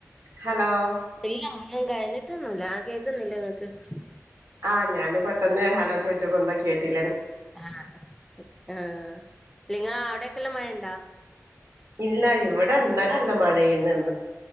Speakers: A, on the right; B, in the centre.
A: ഹലോ
B: ഇല്ല ഒന്നും കഴിഞ്ഞിട്ടൊന്നുല്ല. ആ കേക്കുനില്ലേ ഇങ്ങ <unintelligible>
A: ആ ഞാന് പെട്ടെന്ന് ഹലോ ചോദിച്ചപ്പോ എന്തോ കേട്ടി
B: ആ ആ നിങ്ങള
A: ഇല്ല ഇവിടെ ഇന്നല നല്ല മഴയിരുന്ന്